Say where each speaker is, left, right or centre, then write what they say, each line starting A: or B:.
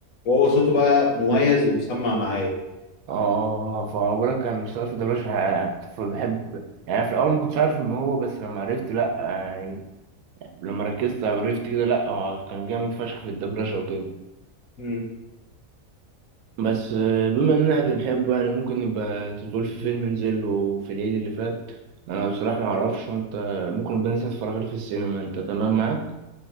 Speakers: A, on the left (about 80°); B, on the right (about 90°).
A: وهو صوته بقى مميز ومسمع معايا
B: اه فبقولك كان اشتغل في الدبلجة ح- كنت بحب يعني في الأول ما كنتش عارف إن هو بس لما عرفت لأ آه، لما ركزت عرفت كده لا هو كان جامد فشخ في الدبلجة وكده
A: مم.
B: بس آه، بما اننا بنحبه يعني ممكن نبقى انت تقول في فيلم نزل له في العيد اللي فات انا بصراحة ما اعرفش وانت ممكن نبقى ننزل اتفرج عليه في السينما انت تمام معاك